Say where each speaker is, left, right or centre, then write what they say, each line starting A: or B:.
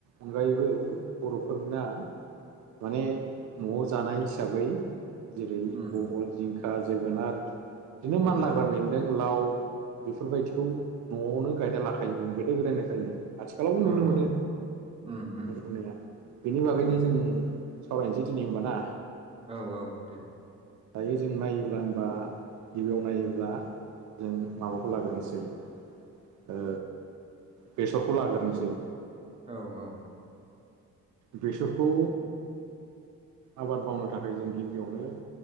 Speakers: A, on the right; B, on the right.
A: अनगायैबो बर'फोरना माने न'आव जानाय हिसाबै जेरै
B: उम
A: बहल जिंखा जोगोनाथ बिदिनो मानलाग्रा
B: औ
A: बेनदों लाव बेफोरबायदिखौ न'आवनो गायना लाखायोमोन गोदो गोदायनिफ्रायनो आथिखालावबो नुनो
B: औ
A: मोनो
B: औ उम उम
A: नुजुरनाया बेनि बागैनो
B: उम
A: जों सावरायनोसै दिनै होमबा ना
B: औ औ दे
A: दायो जों नायोब्ला होमबा गिबियाव नायोब्ला जों माबाखौ लाग्रोनसै ओ बेसरखौ लाग्रोनोसै
B: औ औ
A: बेसरखौ आबाद मावनो थाखाय जों गिबियावनो